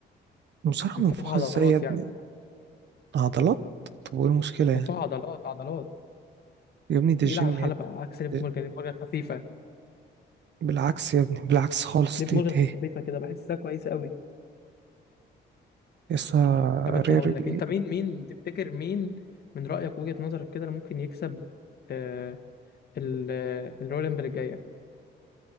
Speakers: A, on the right (about 60°); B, on the left (about 55°).
A: المصارعه
B: منفوخه
A: منفوخه
B: عضلات
A: ازاي يا ابني
B: يعني
A: عضلات طب وايه المشكله يعني
B: منفوخه عضلات عضلات
A: يا ابني دي
B: تقيله
A: الجيم
B: على الحلبه
A: يا
B: عكس ليف
A: ابني
B: مورجان ليف مورجان خفيفه
A: بالعكس يا ابني بالعكس خالص
B: ليف
A: دي,
B: مورجان
A: دي
B: خفيفه كده بحسها كويسه قوي
A: يسا
B: طب انت
A: رير
B: هقول لك
A: بلاي
B: انت مين مين تفتكر مين من رأيك وجهة نظرك كده اللي ممكن يكسب آه ال- آه، الرولمبل الجاية